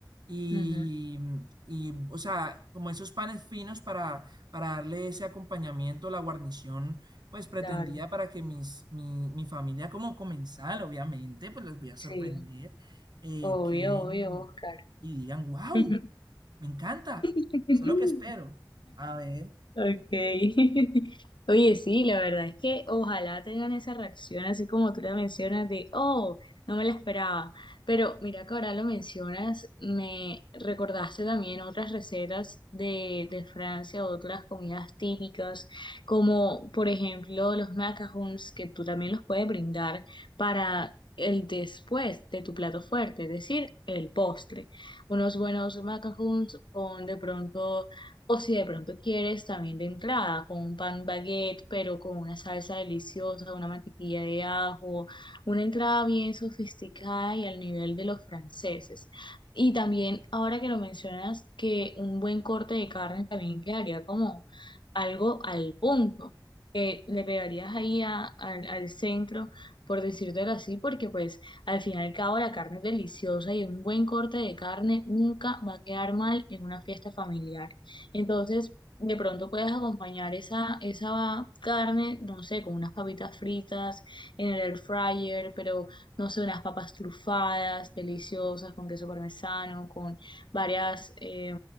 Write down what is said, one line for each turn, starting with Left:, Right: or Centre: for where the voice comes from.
Right: y,
Left: ujú,
Right: y, o sea, como esos panes finos para, para darle ese acompañamiento, la guarnición pues pretendía
Left: Claro.
Right: para que mis, mi, mi familia como comensal, obviamente, pues les voy a
Left: Sí.
Right: sorprender, eh,
Left: Obvio,
Right: queden
Left: obvio, Oscar.
Right: y digan, wow,
Left: <laughs>
Right: me encanta,
Left: <laughs>
Right: eso es lo que espero. A ver,
Left: Okay. <laughs> Oye, sí, la verdad es que ojalá tengan esa reacción así como tú la mencionas de, oh, no me la esperaba. Pero mira que ahora lo mencionas, me recordaste también otras recetas de, de Francia, otras comidas típicas, como por ejemplo los macarons, que tú también los puedes brindar para el después de tu plato fuerte, es decir, el postre. Unos buenos macarons con de pronto o si de pronto quieres también de entrada, con un pan baguette, pero con una salsa deliciosa, una mantequilla de ajo, una entrada bien sofisticada y al nivel de los franceses. Y también, ahora que lo mencionas, que un buen corte de carne también quedaría como algo al punto, que le pegarías ahí a- al, al centro, por decírtelo así, porque pues al fin y al cabo la carne es deliciosa y un buen corte de carne nunca va a quedar mal en una fiesta familiar. Entonces, de pronto puedes acompañar esa, esa carne, no sé, con unas papitas fritas en el air fryer, pero no sé, unas papas trufadas, deliciosas, con queso parmesano, con varias, eh,